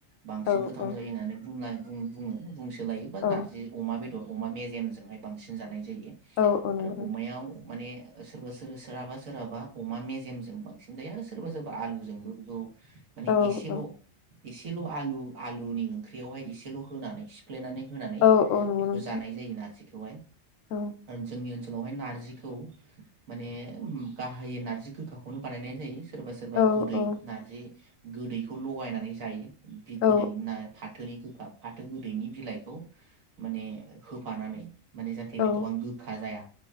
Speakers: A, on the right (about 80°); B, on the left (about 75°).
A: बांसिन
B: औ
A: गोथाव
B: औ
A: जायो होननानै बुंनाय बुं बोङो बुंसो सोलायो बा
B: औ
A: नारजि अमा बेद दर अमा मेजेमजोंहाय बांसिन जानाय जायो
B: औ औ नंगौ
A: आरो अमायाव
B: नोंथां
A: माने सोरबा सोर सोरहाबा सोरहाबा अमा मेजेमजों बांसिन जायो आरो सोरबा सोरबा आलुजोंबो बेखौ माने
B: औ
A: एसेल'
B: औ
A: एसेल' आलु आलुनि ओंख्रियावहाय एसेल' होनानै से फ्लेनानै होनानै
B: औ औ नंगौ
A: बेखौ
B: नोंथां
A: जानाय जायो नारजिखो। खौहाय।
B: औ
A: जोंनि ओनसोल लावहाय नारजिखौ माने गाहायै नारजि गोखाखौनो बानायनाय जायो। सोरबा सोरबा
B: औ
A: गोदै
B: औ
A: नारजि गोदैखौ लगायनानै जायो। बि गोदै
B: औ
A: नाय फाथोनिखो फाथो गोदैनि बिलाइखौ माने होफानानै माने जाथे
B: औ
A: बेथबां गोखा जाया